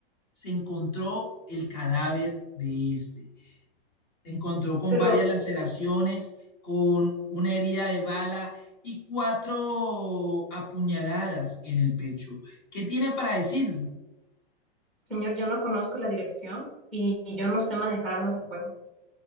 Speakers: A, on the left (about 30°); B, in the centre.
A: se encontró el cadáver de este. Se encontró con
B: Pero,
A: varias laceraciones, con una herida de bala y cuatro apuñaladas en el pecho. ¿Qué tiene para decir?
B: señor, yo no conozco la dirección y, y yo no sé manejar armas de fuego.